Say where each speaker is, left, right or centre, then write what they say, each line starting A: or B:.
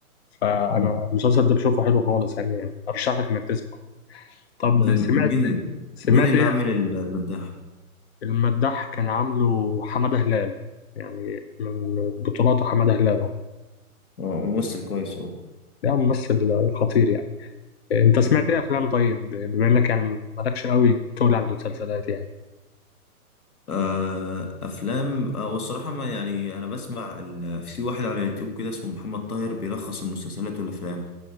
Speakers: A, on the left (about 45°); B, on the left (about 80°).
A: فانا
B: مم.
A: المسلسل ده بشوفه حلو خالص يعني ارشح لك انك تسمع طب
B: ده
A: سمعت
B: مين
A: سمعت
B: مين اللي
A: ايه
B: عامل ال- المداح
A: المداح كان عامله حمادة هلال يعني من بطولاته حمادة هلال اه
B: اه ممثل كويس
A: ده ممثل خطير يعني انت سمعت
B: اهو
A: ايه افلام طيب بما انك يعني مالكش قوي تقول على المسلسلات يعني
B: آه، افلام آه، والصراحه ما يعني انا بسمع ال... في واحد على اليوتيوب كده اسمه محمد طاهر بيلخص المسلسلات والافلام